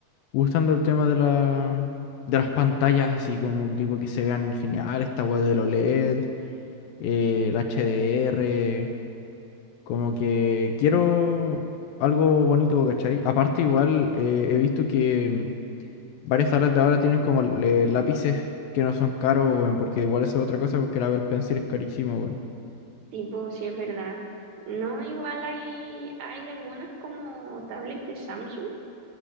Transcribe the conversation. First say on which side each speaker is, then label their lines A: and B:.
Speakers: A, on the left; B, on the right.
A: gustando el tema de la, de las pantallas, así como que tipo que se vean genial, esta web del OLED, eh, el HDR, como que quiero algo bonito, ¿cachai? Aparte igual eh, he visto que... Varias tabletas de ahora tienen como eh, lápices que no son caros, weón, porque igual eso es otra cosa, porque el Apple Pencil es carísimo, weón.
B: Tipo, si es verdad. No, igual hay, hay algunas como tablet de Samsung,